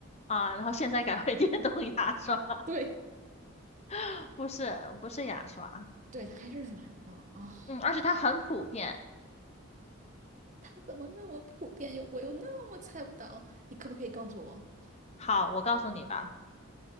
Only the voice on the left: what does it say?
啊，然后现在改为电动牙刷，
<laughs> 不是不是牙刷，
嗯，而且它很普遍。
好，我告诉你吧，